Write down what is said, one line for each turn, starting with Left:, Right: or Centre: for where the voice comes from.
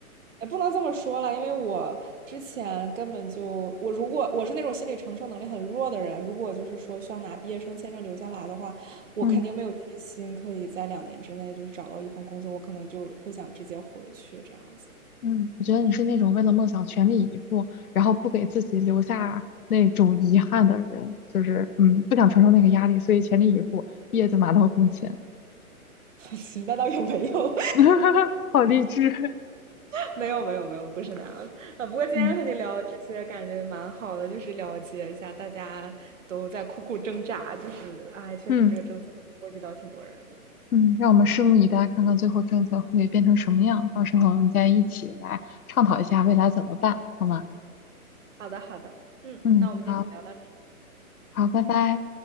Right: 哎，不能这么说了，因为我之前根本就，我如果我是那种心理承受能力很弱的人，如果就是说需要拿毕业生签证留下来的话，我肯定没有信心可以在两年之内就是找到一份工作，
Left: 嗯。
Right: 我可能就会想直接回去这样子。
Left: 嗯，我觉得你是那种为了梦想全力以赴，然后不给自己留下那种遗憾的人，就是嗯，不想承受那个压力，所以全力以赴，毕业就马到功成。
Right: <laughs> 那倒也没有，
Left: <laughs> 好励志。
Right: <laughs> 没有没有没有，不是那样的。呃，不过今天和你聊这些，
Left: 嗯
Right: 感觉蛮好的，就是了解一下大家都在苦苦挣扎，就是哎，确实这个政策波及到挺多人的。
Left: 嗯嗯，让我们拭目以待，看看最后政策会变成什么样。到时候我们再一起来倡讨一下未来怎么办，好吗？
Right: 好的好的，嗯，
Left: 嗯，
Right: 那我们今天聊到这。
Left: 好好，拜拜。